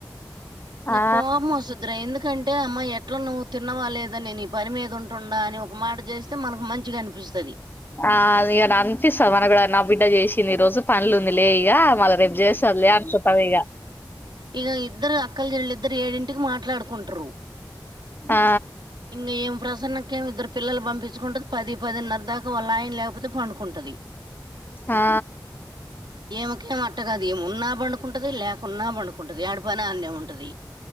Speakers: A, on the right; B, on the left.
A: నాకు
B: ఆ
A: కోపం వస్తుంది. అంటే అమ్మా ఎట్లా నువ్వు తిన్నవాలేదని, నేను ఈ పని మీద అంటుండ అని ఒక మాట చేసి అ మనకు మంచిగా అనిపిస్తాది.
B: ఆ ఇక అనిపిస్తంది మన కూడా నా బిడ్డ చేసింది. ఈ రోజు పనులు ఉంది లే ఇక మళ్ళా రేపు చేస్తారు లే అర్సతారిగా
A: ఇక ఇద్దరు అక్కల చెల్ళ ఇద్దరు ఏడింటికి మాట్లాడుకుంటారు.
B: ఆ
A: ఇంగ ఏం ప్రసన్నకేం ఇద్దరు పిల్లలు పంపించుకుంటది. పది పదిన్నర దాకా వాళ్ళు ఆయన లేకపోతే పండుకుంటాది.
B: ఆ
A: ఈ మెకేమో అట్ట కాదు ఉన్నా పడుకుంటది లేకున్నా పడుకుంటది ఏడ పని ఆడే ఉంటది.